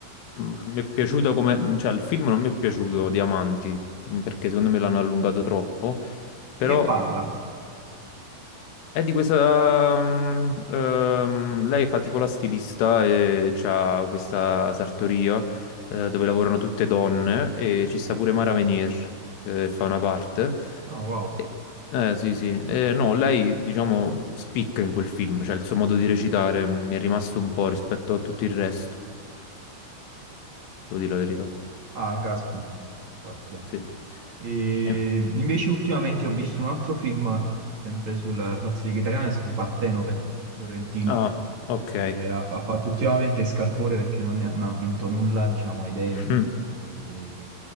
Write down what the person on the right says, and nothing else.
Di
che parla?
Ah, wow.
Ah, caspita, caspita.
E
invece ultimamente ho visto un altro film, sempre sulla falsariga italiana, è stato Partenope di Sorrentino,
che ha, ha fatto ultimamente scalpore perché non, ne ha, non ha vinto nulla, diciamo, ai David,
e